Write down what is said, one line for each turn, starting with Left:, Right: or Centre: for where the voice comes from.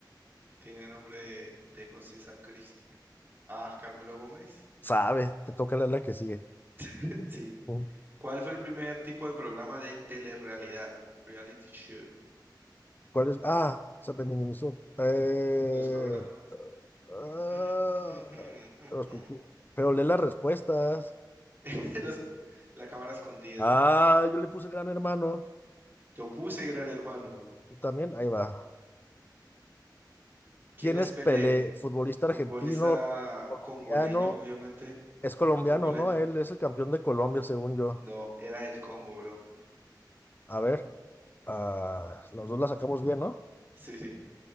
Right: Tiene nombre de, de José Sacristián. Ah, Carmelo Gómez.
Left: Sabes, te toca leer la que sigue.
Right: <laughs> Sí.
Left: Mm.
Right: ¿Cuál fue el primer tipo de programa de telerrealidad? Reality show.
Left: ¿Cuál es? Ah, se me minimizó. Eh,
Right: Los programas.
Left: ah,
Right: Mm, <laughs> jum, jum, jum,
Left: los
Right: jum.
Left: cucú- pero lee las respuestas.
Right: <laughs> Los, la cámara escondida.
Left: Ah, yo le puse gran hermano.
Right: Yo puse Gran Hermano.
Left: Tú también, ahí va.
Right: ¿Quién
Left: ¿Quién
Right: es
Left: es
Right: Pelé?
Left: Pelé? Futbolista
Right: Futbolista
Left: argentino, colombiano.
Right: congoleño, obviamente.
Left: Es colombiano,
Right: Congoleño.
Left: ¿no? Él es el campeón de Colombia, según yo.
Right: No, era del Congo, bro.
Left: A ver, ah, los dos la sacamos bien, ¿no?
Right: Sí, sí.